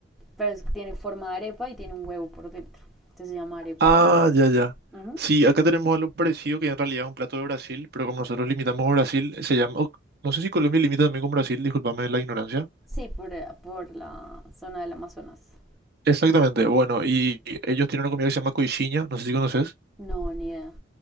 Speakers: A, in the centre; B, on the right.
A: pero es- tiene forma de arepa y tiene un huevo por dentro. Entonces se llama arepa
B: Ah,
A: de huevo.
B: ya, ya.
A: Ujú.
B: Sí, acá tenemos algo parecido que en realidad es un plato de Brasil, pero como nosotros limitamos a Brasil, se llama... o- no sé si Colombia limita también con Brasil, discúlpame la ignorancia.
A: Sí, por, eh, por la zona del Amazonas.
B: Exactamente, bueno, y ellos tienen una comida que se llama coxinha, no sé si conoces.
A: No, ni idea.